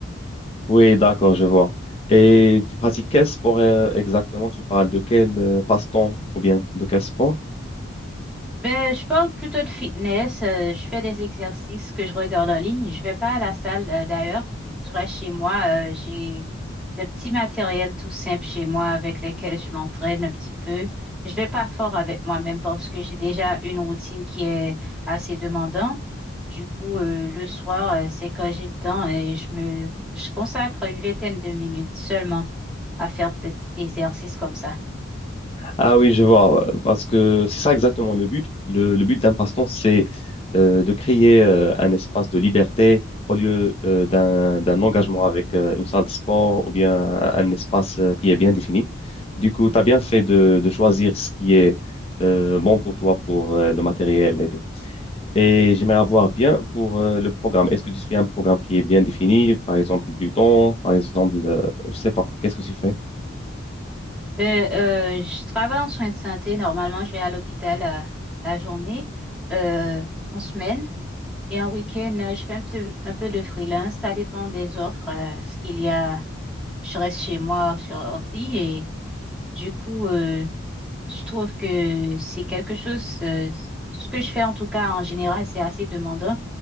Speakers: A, on the left; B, in the centre.
A: Oui, d'accord, je vois. Et tu pratiques quel sport euh, exactement? Tu parles de quel euh, passe-temps ou bien de quel sport?
B: Ben, je parle plutôt de fitness. euh, je fais des exercices que je regarde en ligne. Je vais pas à la salle, euh, d'ailleurs. Je reste chez moi. euh, j'ai des petits matériels tout simples chez moi avec lesquels je m'entraîne un petit peu. Je vais pas fort avec moi-même parce que j'ai déjà une routine qui est assez demandante. Du coup, euh, le soir, euh, c'est quand j'ai le temps et je me, je consacre une vingtaine de minutes seulement à faire peut-être des petits exercices comme ça.
A: Ah oui, je vois, euh, parce que c'est ça exactement le but. Le, le but d'un passe-temps, c'est euh, de créer euh, un espace de liberté au lieu euh, d'un d'un engagement avec euh, une salle de sport ou bien un espace euh, qui est bien défini. Du coup, tu as bien fait de, de choisir ce qui est euh, bon pour toi, pour euh, le matériel et tout. Et j'aimerais avoir bien pour euh, le programme. Est-ce que tu suis un programme qui est bien défini, par exemple du temps, par exemple, euh, je sais pas, qu'est-ce que tu fais?
B: Ben, euh, je travaille en soins de santé. Normalement, je vais à l'hôpital euh, la journée, euh, en semaine. Et en week-end, euh, je fais un peu, un peu de freelance. Ça dépend des offres. euh, ce qu'il y a, je reste chez moi sur ordi. Et du coup, euh, je trouve que c'est quelque chose, euh, tout ce que je fais en tout cas en général, c'est assez demandant.